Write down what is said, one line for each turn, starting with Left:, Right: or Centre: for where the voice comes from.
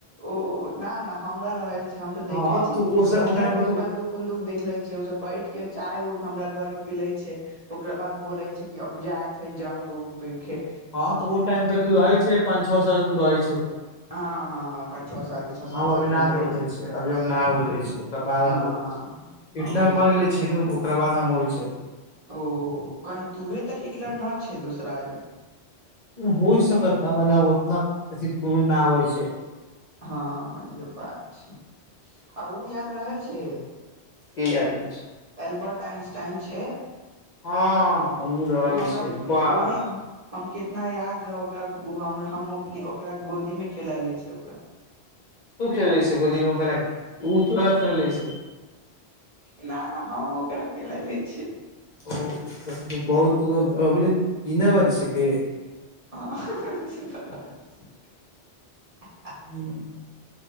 Right: ओ न न हमरा रहल छी हम तऽ देखले
Left: हँ
Right: छीय
Left: तू ओस
Right: हिटलर
Left: ओ टाइम
Right: के
Left: पे
Right: एक
Left: तू
Right: बन्दूक कुन्दुक देखले छै ओ सब बैठ के चाय हमरा घर में पिले छै ओकरा बाद बोलै छै कि अब जायत है जंग उंग पैखे
Left: हँ तऽ ओ टाइम पे तू रहै छै पंच छओ साल के तू रहै छै
Right: हँ हँ पाँच छओ साल के छओ सात
Left: हम अभी
Right: साल के
Left: नहि
Right: रहे
Left: हो रहै
Right: छी ओ
Left: छ अभी हम नहि बलै छ ओकरा बाद
Right: हँ
Left: हम बोलै छ हिटलर
Right: उहे
Left: मर गेले छै ने ओकरा बाद हम हो छै
Right: ओ कही तूहे तऽ हिटलर न छै दूसरामे
Left: होइ सकत ने मने ओतना प कुरना होइ छै
Right: हँ इहो बात छै आ ओ याद रहै छै
Left: की याद रहै छै
Right: एलबर्ट आइनस्टाइन छै
Left: हँ ओ रहै
Right: हमरा
Left: छै बाह
Right: ओहि हम कितना याद है ओकरा उ हमरा हम औकनी ओकरा गोदी मे खेल ले छ ओकरा
Left: तू खेलै छै गोदीमे उकरा उ तोरा खेलै छै
Right: ना ना हम ओकरा खेलाय ले छियै
Left: ओ बहुत अभ जिन्द बड़ी छिक
Right: ह
Left: <inaudible>